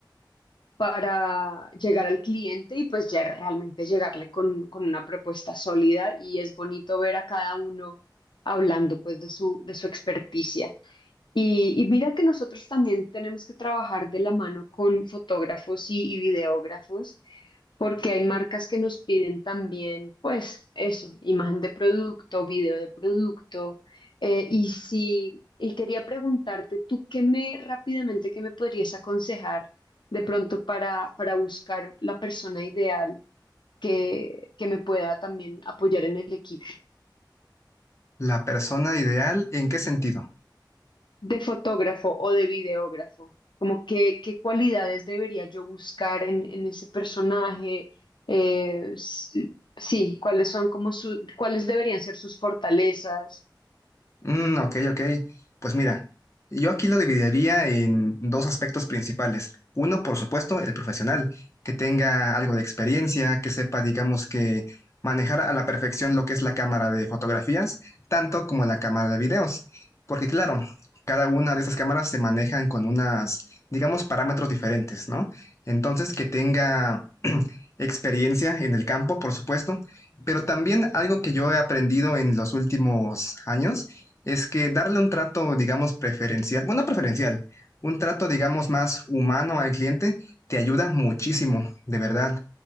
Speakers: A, on the left; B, on the left.
A: para llegar al cliente y pues ya realmente llegarle con, con una propuesta sólida y es bonito ver a cada uno hablando pues de su, de su experticia. Y, y mira que nosotros también tenemos que trabajar de la mano con fotógrafos y, y videógrafos, porque hay marcas que nos piden también, pues eso, imagen de producto, video de producto. eh, y si, y quería preguntarte, ¿tú qué me rápidamente qué me podrías aconsejar de pronto para, para buscar la persona ideal que, que me pueda también apoyar en el equipo?
B: La persona ideal, ¿en qué sentido?
A: de fotógrafo o de videógrafo? Como qué, qué cualidades debería yo buscar en, en ese personaje? Eh, s- sí, cuáles son como su, cuáles deberían ser sus fortalezas.
B: Mm, ok, ok. Pues mira, yo aquí lo dividiría en dos aspectos principales. Uno, por supuesto, el profesional, que tenga algo de experiencia, que sepa, digamos, que manejar a la perfección lo que es la cámara de fotografías, tanto como la cámara de videos. Porque claro, cada una de esas cámaras se manejan con unas, digamos, parámetros diferentes, ¿no? Entonces, que tenga experiencia en el campo, por supuesto, pero también algo que yo he aprendido en los últimos años es que darle un trato, digamos, preferencial, bueno, no preferencial, un trato, digamos, más humano al cliente te ayuda muchísimo, de verdad.